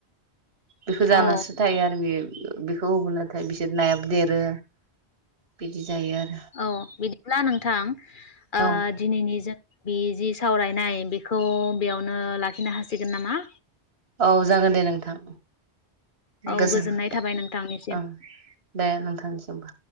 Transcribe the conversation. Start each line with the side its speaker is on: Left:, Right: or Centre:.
Right: बेखौ जानासो
Left: औ
Right: थायो आरो बेयो बेखौ होबोलाथाय बिसोर नायाबो देरो बिदि जायो आरो
Left: औ बिदिब्ला नोंथां ओ
Right: औ
Left: दिनैनि जों बे जि सावरायनाय बेखौ बेयावनो लाखिनो हासिगोन नामा?
Right: औ जागोन दे नोंथां।
Left: औ
Right: गोजोन
Left: गोजोननाय थाबाय नोंथांनिसिम।
Right: ओं दे नोंथांनिसिमबो।